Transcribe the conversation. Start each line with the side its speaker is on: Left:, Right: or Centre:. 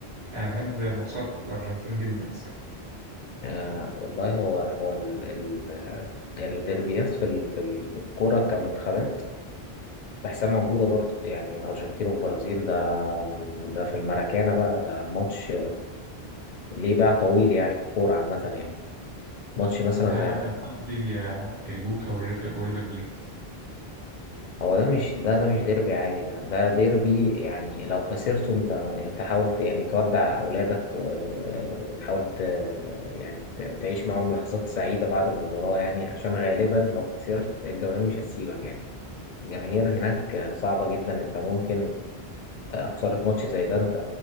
Right: أنا بحب ماتشات الأرجنتين جدا الصراحة
Left: آه والله هو هو ال... ال... الديربيات في ال... في ال- في الكرة كمنتخبات بحسها موجودة برضو يعني الأرجنتين والبرازيل ده ده في الماراكانا بقى ده ماتش ليه باع طويل يعني في الكورة عامة يعني ماتش مثلا
Right: لا
Left: زي
Right: أنا كان قصدي آه، البوكا وريفر وريفر بليت
Left: هو ده مش ده ده مش ديربي عادي ده ده ديربي يعني لو خسرته انت انت حاولت يعني تودع اولادك و- و- وتحاول ت- يعني ت- تعيش معاهم لحظات سعيدة بعد المباراة يعني عشان غالبا لو خسرت الجماهير مش هتسيبك يعني الجماهير هناك صعبة جدا انت ممكن آه، خسارة ماتش زي ده انت